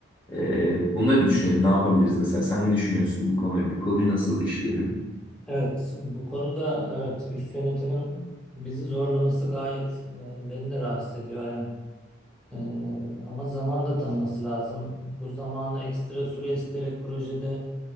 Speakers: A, on the left (about 25°); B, in the centre.
A: E, bunu da bir düşünelim. Ne yapabiliriz mesela? Sen ne düşünüyorsun bu konu, bu konuyu nasıl işleyelim?
B: Evet, bu konuda evet üst yönetimin bizi zorlaması gayet e, beni de rahatsız ediyor Ayhan. E, ama zaman da tanıması lazım. Bu zamanı ekstra süre isteyerek projede